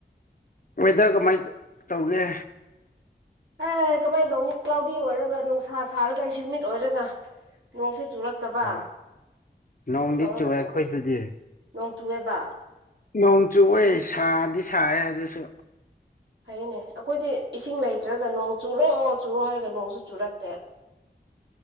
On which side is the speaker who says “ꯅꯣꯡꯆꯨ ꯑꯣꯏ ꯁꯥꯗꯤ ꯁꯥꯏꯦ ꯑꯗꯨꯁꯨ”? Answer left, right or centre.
Left